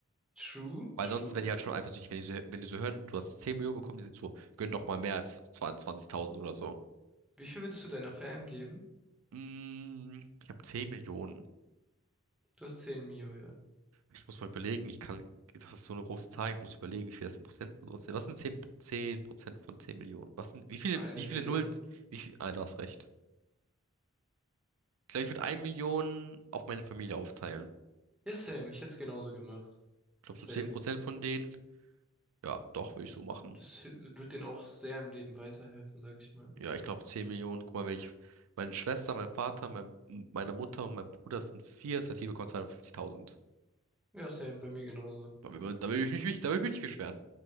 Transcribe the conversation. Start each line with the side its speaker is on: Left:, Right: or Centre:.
Centre: true,
Right: Weil
Centre: true.
Right: sonst werden die halt schon eifersüchtig, wenn die so, wenn die so hören, du hast 10 Millionen bekommen, die sind so, gönn doch mal mehr als 20.000 oder so.
Centre: Wie viel würdest du deiner Fam geben?
Right: Mm, ich habe 10 Millionen.
Centre: Du hast 10 Mio, ja.
Right: Ich muss mal überlegen, ich kann, das ist so eine große Zahl, ich muss überlegen, wie viel das in Prozent und sowas sind. Was sind 10 10 Prozent von 10 Millionen? Was sind, wie viele,
Centre: Eine
Right: wie
Centre: Million.
Right: viele Nullen, wie viel, ah, du hast recht. Ich glaube, ich würde 1 Million auf meine Familie aufteilen.
Centre: Ja, same. Ich hätte es genauso gemacht.
Right: Ich glaube,
Centre: Safe.
Right: so 10 Prozent von denen, ja, doch, würde ich so machen.
Centre: Das h- wird denen auch sehr im Leben weiterhelfen, sag ich mal.
Right: ja, ich glaube 10 Millionen. Guck mal, wenn ich, meine Schwester, mein Vater, mein, meine Mutter und mein Bruder sind vier, das heißt, jeder bekommt 250.000.
Centre: Ja, same. Bei mir genauso.
Right: Da will, da will ich mich, da will ich mich nicht beschweren.